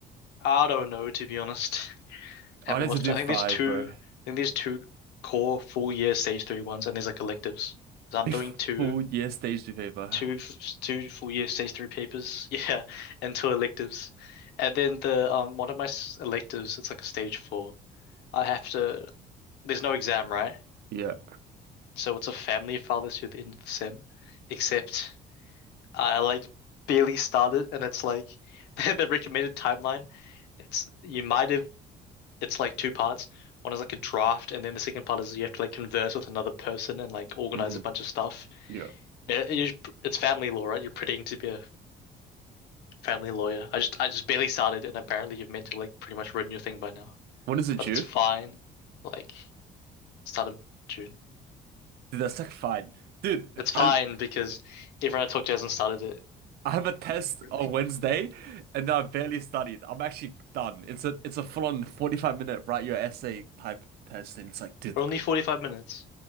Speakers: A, on the left; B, on the right.
A: I don't know, to be honest. <laughs> Haven't
B: I'd have
A: looked.
B: to do
A: I think
B: five,
A: there's two.
B: bro.
A: I think there's two core full year stage three ones, and there's like electives.
B: <laughs>
A: Because 'Cause I'm
B: A
A: doing two,
B: full year stage two paper.
A: two, two full year stage three papers. <laughs> Yeah, and two electives, and then the um one of my electives. It's like a stage four. I have to There's no exam, right?
B: Yeah.
A: So it's a family fathers who in the sim, except I like barely started, and it's like <laughs> the recommended timeline. It's you might have it's like two parts. One is like a draft, and then the second part is you have to like converse with another person and like organize
B: Mm-hmm.
A: a bunch of stuff.
B: Yeah.
A: It- it- you- it's family law, right? You're pretending to be a family lawyer. I just I just barely started, and apparently you've meant to like pretty much written your thing by now,
B: When is it
A: but
B: due?
A: it's fine. Like start of June.
B: Dude, that's like fine. Dude,
A: It's fine
B: I
A: because everyone I talked to hasn't started it.
B: I have a test
A: Really?
B: on Wednesday and I've barely studied. I'm actually done. It's a it's a full-on 45 minute write your essay type test and it's like, dude.
A: We're only 45 minutes.